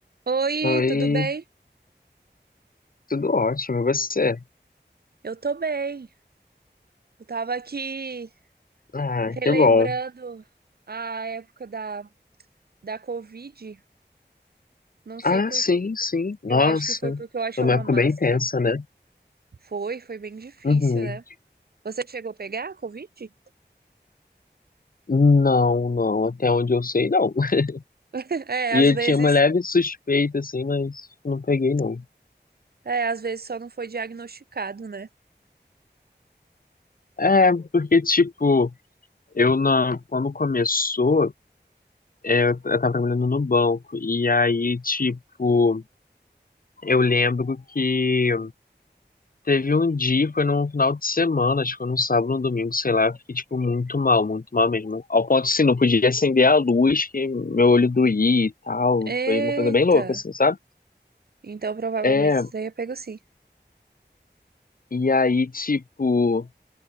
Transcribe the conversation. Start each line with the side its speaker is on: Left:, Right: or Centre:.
Right: Oi,
Left: Oi,
Right: tudo bem?
Left: tudo ótimo, e você?
Right: Eu tô bem. Eu tava aqui
Left: Ah,
Right: relembrando
Left: que bom.
Right: a época da, da Covid, não sei
Left: Ah,
Right: por
Left: sim,
Right: quê.
Left: sim. Nossa,
Right: Eu acho que foi porque eu achei
Left: foi uma
Right: uma
Left: época
Right: máscara
Left: bem intensa,
Right: aqui.
Left: né?
Right: Foi, foi bem difícil,
Left: Uhum.
Right: né? Você chegou a pegar a Covid?
Left: Não, não, até onde eu sei, não. <laughs>
Right: <laughs> É,
Left: E
Right: às
Left: eu
Right: vezes,
Left: tinha uma leve suspeita, assim, mas não peguei, não.
Right: é, às vezes só não foi diagnosticado, né?
Left: É, porque, tipo, eu na, quando começou, é, eu tava trabalhando no banco, e aí, tipo, eu lembro que Teve um dia, foi num final de semana, acho que foi num sábado, num domingo, sei lá, eu fiquei, tipo, muito mal, muito mal mesmo. Ao ponto, assim, não podia acender a luz, que meu olho doía e tal.
Right: Eita!
Left: Foi uma coisa bem louca, assim, sabe?
Right: Então provavelmente
Left: É,
Right: você teria pego sim.
Left: e aí, tipo,